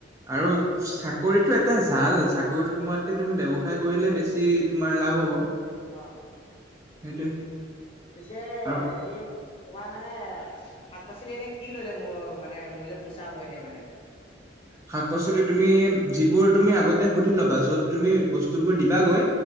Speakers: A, on the right; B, on the left.
A: আৰু <unintelligible> চাকৰিতটো এটা জাল চাকৰিত সোমোৱাতকে তুমি ব ব্যৱসায় কৰিলে বেছি তোমাৰ লাভ হব।
B: অ
A: সেইটোৱে
B: পছে
A: আৰু
B: হেৰি তোমাৰ মানে শাক পাচলি এনে কি ললে মোৰ মানে মোলে পোচাব এনেই মানে
A: শাক পাচলি তুমি যিবোৰ তুমি আগতে সুধি ল'বা যত তুমি বস্তুবোৰ দিবাগৈ